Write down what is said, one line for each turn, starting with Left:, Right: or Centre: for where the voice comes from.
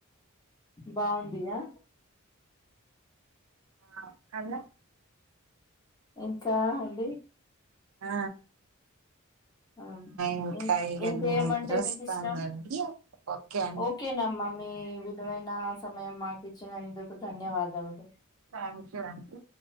Left: బావుందిగా
Right: ఆ కద
Left: ఇంకా అండి
Right: ఆ
Left: ఆ
Right: ఇంకా
Left: ఇంక్
Right: ఇగ
Left: ఇంకేమంటె
Right: నిద్రొస్తాందండి
Left: మీకిష్టం
Right: ఓకే అండి
Left: ఓకేనమ్మ మీ విలువైనా సమయం మాకిచ్చినందుకు ధన్యవాదములు
Right: థ్యాంక్యూ అండి